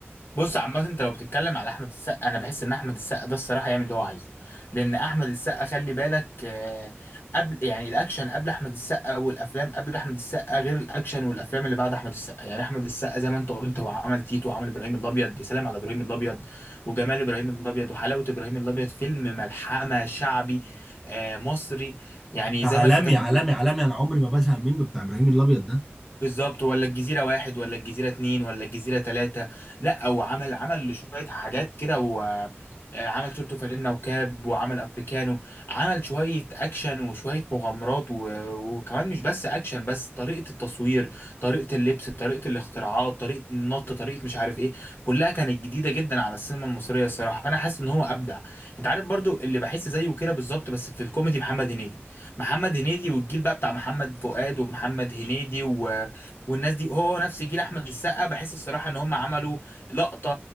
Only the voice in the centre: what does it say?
ده
عالمي
عالمي
عالمي انا عمري ما بزهق منه بتاع ابراهيم الابيض ده